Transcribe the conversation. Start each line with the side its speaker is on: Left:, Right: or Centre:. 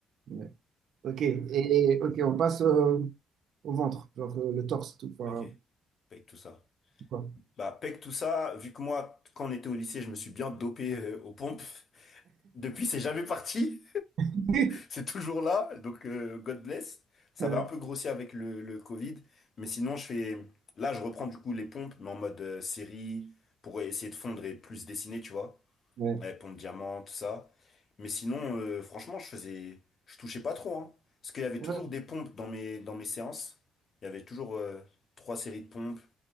Right: Ouais. Ok, et, ok, on passe euh, au ventre, genre euh, le torse, tout, enfin,
Left: Ok. Pec tout ça.
Right: tout quoi.
Left: Bah, pec tout ça, vu que moi, quand on était au lycée, je me suis bien dopé euh, aux pompes. <laughs> Depuis, c'est jamais parti.
Right: <laughs>
Left: C'est toujours là, donc euh, God bless. Ça
Right: Ouais,
Left: va un peu grossir avec le, le Covid, mais sinon je fais... Là, je reprends du coup les pompes, mais en mode euh, série, pour essayer de fondre et plus dessiner, tu vois.
Right: ouais.
Left: Euh, pompe diamant, tout ça. Mais sinon, euh, franchement, je faisais... Je touchais pas trop, hein. Parce qu'il y avait
Right: Ouais.
Left: toujours des pompes dans mes, dans mes séances. Il y avait toujours euh, trois séries de pompes